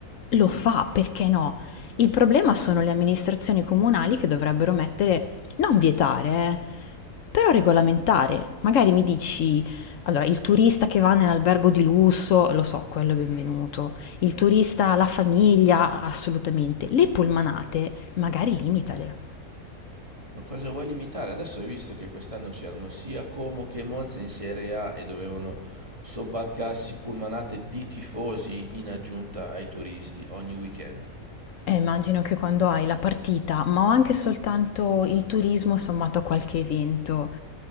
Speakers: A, on the left; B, on the right.
A: lo fa, perché no? Il problema sono le amministrazioni comunali che dovrebbero mettere, non vietare, eh, però regolamentare. Magari mi dici, allora, il turista che va nell'albergo di lusso, lo so, quello è benvenuto. Il turista, la famiglia, assolutamente. Le pullmanate, magari limitale.
B: Ma cosa vuoi limitare? Adesso hai visto che quest'anno c'erano sia Como che Monza in Serie A e dovevano sobbarcarsi pullmanate di tifosi in aggiunta ai turisti ogni weekend.
A: Eh, immagino che quando hai la partita, ma ho anche soltanto il turismo sommato a qualche evento,